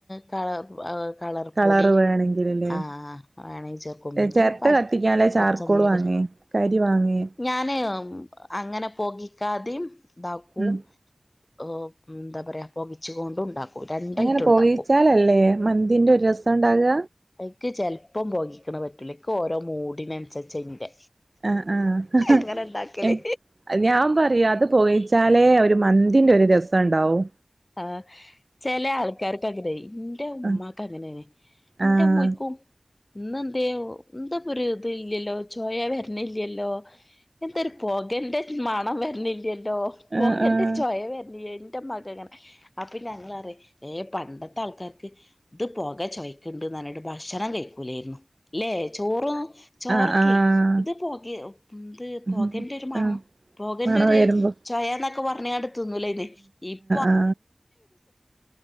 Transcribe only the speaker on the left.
ക കളർപ്പൊടി
ആ വേണെങ്കിൽ ചേർക്കുമ്പിന്റെ
പ
പച്ചമുളക്
ഞാന് അങ്ങനെ പോകിക്കാതെയും ഇതാക്കും
ഒ എന്താ പറയാ പൊകിച്ചുകൊണ്ട ഉണ്ടാക്കും രണ്ടായിട്ടും
ഉണ്ടാക്കും
എനിക്ക് ചെലപ്പം പോഗിക്കണ പറ്റൂല എക്ക് ഓരോ മൂഡിനനുസരിച്ച ഇന്റെ
അങ്ങനെ ഉണ്ടാക്കല്
ആ ചെലേ ആൾക്കാര്ക്കങ്ങനെ ഇന്റമ്മാക്കങ്ങനേണ്
ഇന്റമ്മോയ്ക്കും
ഇന്നെന്തേ എന്താപ്പര് ത് ല്ലല്ലോ ചൊയ വെര്ണി ല്ലല്ലോ എന്തര് പൊകന്റെര് മണം വര്ണില്ലല്ലോ
പൊകന്റെ
ചൊയ വെര് ന്റെമ്മാക്കങ്ങനെ അപ്പഞങ്ങലറീം ഏ പണ്ടത്തെ ആൾക്കാര്ക്ക് ത് പൊക ചൊയക്ക്ണ് ണ്ട്ന്ന് പർഞ്ഞിട്ട് ഭക്ഷണം കയി ക്കൂലേര്ന്നു ലേ അല്ലെ ചോറും ചോറൊക്കെ
ത് പൊകേ ത്
പൊകന്റൊര് മണം
പൊകന്റെര്
ചൊയന്നൊക്കെ പർഞ്ങ്ങാണ്ട് തുന്നൂലയ്ന്ന് ഇപ്